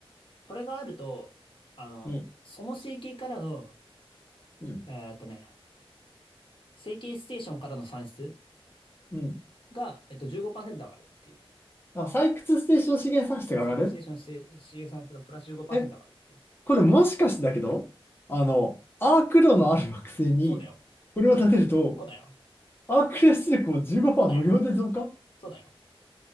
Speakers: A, on the left; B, on the left.
A: これがあると、あの、
B: うん
A: その整形からの、
B: うん。
A: えーっとね、整形ステーションからの算出
B: うん。
A: が、えっと、15%上がるってい
B: あ、採掘ステーション資源産出が上がる
A: う。再採掘ステーションして資源産出がプラス15%
B: え、
A: 上がるっていう。
B: これもしかしてだけど、あの、アーク炉のある惑星に、
A: そうだよ。
B: これを建てると、
A: そうだよ。
B: アークレ出力を15%
A: そうだよ。
B: 無料で増加
A: そうだよ。